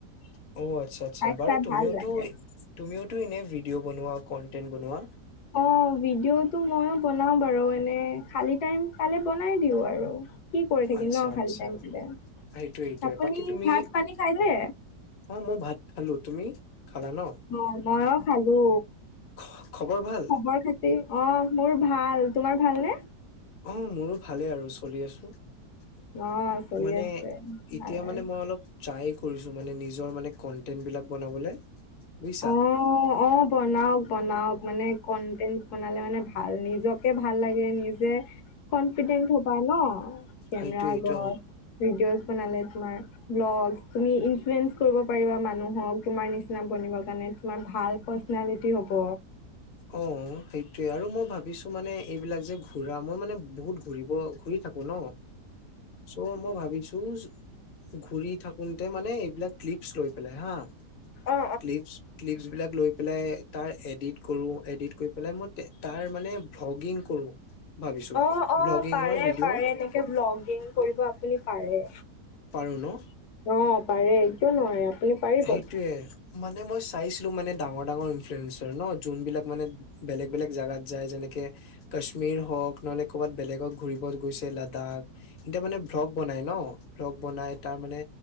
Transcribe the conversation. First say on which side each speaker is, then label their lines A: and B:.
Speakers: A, on the left; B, on the left.
A: <inaudible> অ', আচ্ছা আচ্ছা,
B: তাইক
A: বাৰু
B: চাই
A: তুমিওতো,
B: ভাল লাগে।
A: তুমিও তুমি এনে ভিডিঅ' বনোৱা, কনটেন্ট বনোৱা?
B: অ', ভিডিঅ'টো মইও বনাও বাৰু এনে এ খালী টাইম পালে বনাই দিওঁ আৰু। কি কৰি থাকিম
A: আচ্ছা-আচ্ছা,
B: ন খালি টাইমতে।
A: সেইটোৱে- সেইটোৱে
B: আপুনি
A: বাকী তুমি
B: ভাত পানী খালে?
A: অহ ', মই ভাত খালো তুমি? খালা ন
B: অহ ', মইও খালো।
A: খ- খবৰ ভাল
B: খবৰ খাতি অহ ', মোৰ ভাল, তোমাৰ ভালনে?
A: অহ ', মোৰো ভালে আৰু চলি আছো। <inaudible>
B: অ', চলি
A: মানে
B: আছে
A: এতিয়া
B: ভাল আৰু।
A: মানে মই অলপ ট্ৰাই কৰিছো মানে নিজৰ মানে কণ্টেণ্ট বিলাক বনাবলে। বুজিছা
B: অহ ',- অহ ', বনাওক - বনাওক মানে কণ্টেণ্ট বনালে মানে ভাল, নিজকে ভাল লাগে নিজে কনফিডেন্ট হবায় ন? কেমেৰা
A: সেইটোৱে
B: আগত,
A: এইটো
B: ভিডিঅ বনালে তোমাৰ ব্লগছ, তুমি ইনফ্লুৱেন্ঞ্চ কৰিব পাৰিবা মানুহক তোমাৰ নিচিনা বনিব নে তোমাৰ ভাল পাৰ্চনেলিটি হ'ব।
A: অহ', সেইটোৱে আৰু মই ভাবো কিছুমানে মানে এইবিলাক যে ঘূৰা মই মানে বহুত ঘূৰিব ঘূৰি থাকো ন। চ' মই ভাবিছো ঘুৰি থাকোতে মানে এইবিলাক ক্লিপছ লৈ পেলাই হা
B: অ অ
A: ক্লিপছ - ক্লিপছ বিলাক লৈ পেলাই তাৰ এডিত। কৰো এডিট কৰি পেলাই মই। তাৰ মানে ভ্লগিং কৰো। ভাবিছো
B: অহ ',- অহ',
A: ভ্লগিঙৰ
B: পাৰে
A: ভিডিঅ'
B: -পাৰে এনেকে ভ্লগিং কৰিব আপুনি পাৰে।
A: পাৰো ন।
B: অহ ', পাৰে কিয় নোৱাৰে আপুনি পাৰিব
A: সেইটোয়ে
B: অ
A: মানে মই চাইছিলো মানে ডাঙৰ। ডাঙৰ এনফেৰেঞ্চৰ নহ জোনবিলাক মানে। বেলেগ-বেলেগ জাগাত যায় যেনেকে কাশ্মীৰ হওঁক নহ'লে ক'ৰবাত বেলেগত ঘূৰি। কোনবাই গৈছে লাডাখ। এতিয়া মানে ভ্লগ বনাই ন ভ্লগ বনাই তাৰ মানে